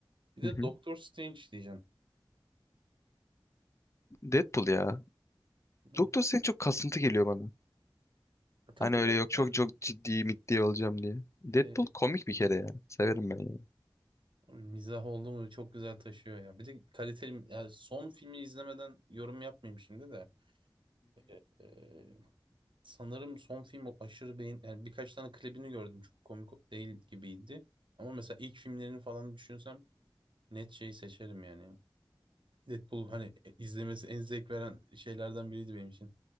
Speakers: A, on the right (about 65°); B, on the left (about 35°).
A: Bir de
B: Hı hı.
A: Doktor Strange diyeceğim.
B: Deadpool ya.
A: Değil
B: Doktor Strange çok kasıntı geliyor bana.
A: E, tabii
B: Hani
A: biraz
B: öyle yok çok
A: herhalde
B: çok ciddi mitli olacağım diye. Deadpool
A: e,
B: komik bir kere ya. Severim ben ya.
A: mizah oldu mu çok güzel taşıyor ya. Bir de kaliteli yani son filmi izlemeden yorum yapmayayım şimdi de. E, e, sanırım son film o aşırı beğen yani birkaç tane klibini gördüm çok komik değil gibiydi. Ama mesela ilk filmlerini falan düşünsem net şeyi seçerim yani. Deadpool hani e, izlemesi en zevk veren şeylerden biriydi benim için.